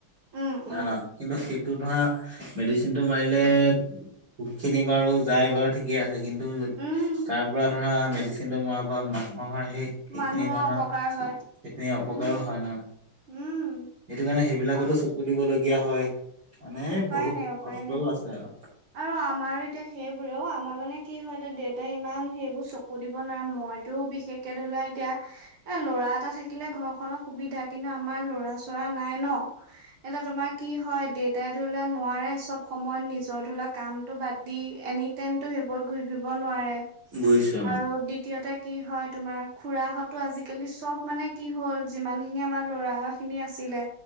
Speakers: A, on the right (about 80°); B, on the right (about 45°).
A: উম,
B: ধানত
A: উম,
B: কিন্তু ইটো ধৰা মেডিচিনটো মাৰিলে পক খিনি বাৰু যায় বাৰু ঠিকে আছে কিন্তু
A: উম,
B: তাৰ পৰা ধৰা মেডিচিনটো মৰা পৰা মানুহৰৰ সেই সেইখিনি
A: মানুহৰ
B: ধানৰ
A: অপকাৰ হয়
B: সেইখিনি অপকাৰো
A: উম
B: হয় ন
A: উম
B: সেইটো কাৰণে সেইবিলাকতো
A: আ
B: চকু দিবলগীয়া হয় মানে
A: উপায়
B: বহুত
A: নাই, উপায়
B: কষ্টও
A: নাই।
B: আছে আৰু
A: আৰু আমাৰ এতিয়া সেইবোৰেও আমাৰ মানে কি হয় এতিয়া দেউতাই ইমান সেইবোৰ চকু সুধিব নোৱাৰা মইতো বিশেষকে ধৰি লোৱা এতিয়া এ ল'ৰা এটা থাকিলে ঘৰখনৰ সুবিধা কিন্তু আমাৰ ল'ৰা চ'ৰা নাই ন এতিয়া তোমাৰ কি হয় দেউতাই ধৰি লোৱা নোৱাৰে চব সময় ঘৰ তোলা কামটো বাদ দি এনি টাইমটো সেইবোৰ কৰি ফুৰিব নোৱাৰে
B: বুজিছো
A: আৰু দিদ দিতীয়তে কি হয় তোমাৰ খুৰাহঁতো আজিকালি চব মানে কি হ'ল যিমানখিনি আমাৰ ল'ৰা খিনি আছিলে